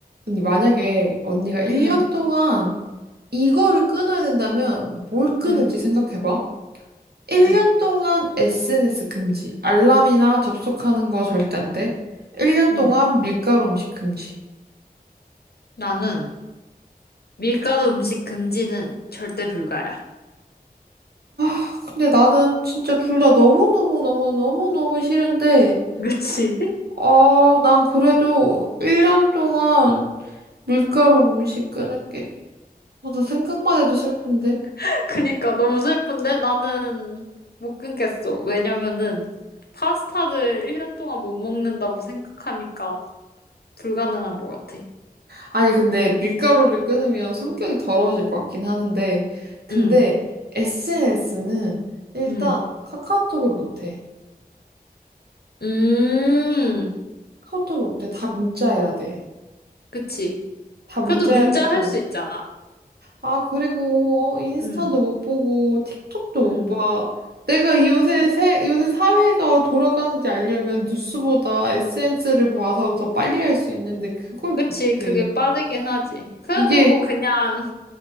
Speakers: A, on the right; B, on the left.
A: 언니, 만약에 언니가 1년
B: 응,
A: 동안 이거를 끊어야 된다면 뭘 끊을지
B: 응,
A: 생각해봐. 1년
B: 응,
A: 동안 SNS 금지. 알람이나 접속하는 거 절대 안 돼. 1년
B: 응.
A: 동안 밀가루 음식 금지.
B: 나는 밀가루 음식 금지는 절대 불가야.
A: 아, 근데 나는 진짜 둘 다 너무너무너무너무너무 싫은데,
B: 그치?
A: 아, 난 그래도 1년 동안 밀가루 음식 끊을게. 아, 나 생각만 해도 슬픈데.
B: <laughs> 그니까 너무 슬픈데 나는 못 끊겠어. 왜냐면은 파스타를 1년 동안 못 먹는다고 생각하니까 불가능한 것 같아.
A: 아니, 근데 밀가루를 끊으면 성격이 더러워질 것 같긴 하는데, 근데
B: 응,
A: SNS는 일단
B: 응.
A: 카카오톡을 못 해.
B: 음,
A: 카카오톡을 못 해. 다 문자해야 돼.
B: 그치.
A: 다 문자해야
B: 그래도 문자
A: 되고.
B: 할 수 있잖아.
A: 아, 그리고 어, 인스타도
B: 응,
A: 못 보고, 틱톡도
B: 응.
A: 못 봐. 내가 이 요새, 세, 요새 사회가 돌아가는지 알려면 뉴스보다 SNS를 봐서 더 빨리 할 수 있는데, 그걸
B: 그치.
A: 못
B: 그게
A: 해.
B: 빠르긴 하지. 그래도
A: 이게
B: 뭐 그냥,